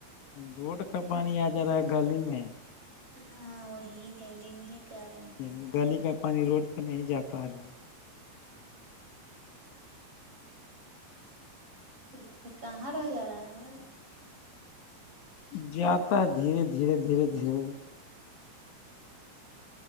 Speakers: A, on the left (about 75°); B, on the right (about 30°).
A: روڈ کا پانی آ جا رہا ہے گلی میں
B: ہاں وہی گلی میں کر رہے
A: لیکن
B: ہیں
A: گلی کا پانی روڈ پہ نہیں جا پا رہا
B: کس کہاں رہ جا رہا ہے
A: جاتا ہے دھیرے دھیرے دھیرے دھیرے